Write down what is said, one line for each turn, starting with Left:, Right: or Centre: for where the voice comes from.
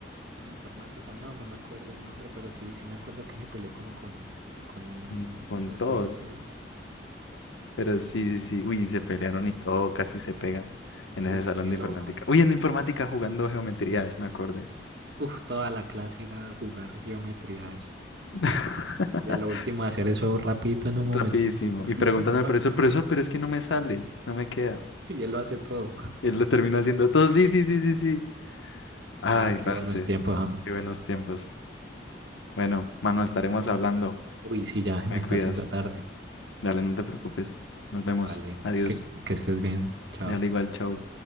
Right: Informática, no, no me acuerdo el nombre, pero sí, sí me acuerdo que se peleó como con, con un,
Left: Mm, Con
Right: un estudiante,
Left: todos,
Right: ¿no?
Left: pero sí, sí, sí, uy, se pelearon y todo, casi se pegan en
Right: Uf,
Left: ese salón
Right: qué
Left: de informática.
Right: loco.
Left: Uy, en informática jugando geometría, Dash, me acordé.
Right: Uf, toda la clase era jugar geometría Dash.
Left: <laughs>
Right: Y a lo último hacer eso rapidito en
Left: Rapidísimo.
Right: un momentico. <laughs>
Left: Y preguntando
Right: Sí,
Left: al
Right: fácil.
Left: profesor, profesor, pero es que no me sale, no me queda.
Right: Y él lo hace todo.
Left: Y Él lo termina haciendo todo. Sí, sí, sí, sí, sí. Ay,
Right: Ah, qué
Left: parce,
Right: buenos tiempos, Ham.
Left: qué buenos tiempos. Bueno, mano, estaremos hablando.
Right: Uy, sí, ya
Left: Me
Right: me está
Left: cuidas.
Right: haciendo tarde.
Left: Dale, no te preocupes. Nos vemos.
Right: Vale,
Left: Adiós.
Right: que, que estés bien. Chao.
Left: Dale igual, chao.